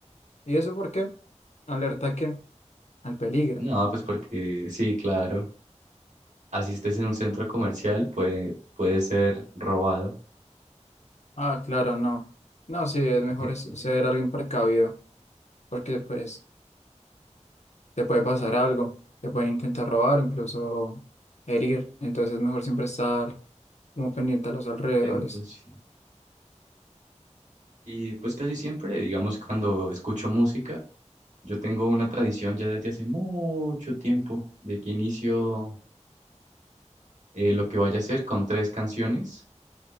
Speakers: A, on the left; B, on the right.
A: ¿Y eso por qué? Alerta a qué al peligro.
B: No, pues porque sí, claro, asistes en un centro comercial, puede, puede ser robado.
A: Ah, claro, no. No, sí, es
B: <laughs>
A: mejor es- ser alguien precavido, porque pues te puede pasar algo, te pueden intentar robar, incluso herir. Entonces es mejor siempre estar como pendiente a los alrededores.
B: Atentos. sí. Y pues casi siempre, digamos, cuando escucho música, yo tengo una tradición ya desde hace mucho tiempo de que inicio eh, lo que vaya a hacer con tres canciones.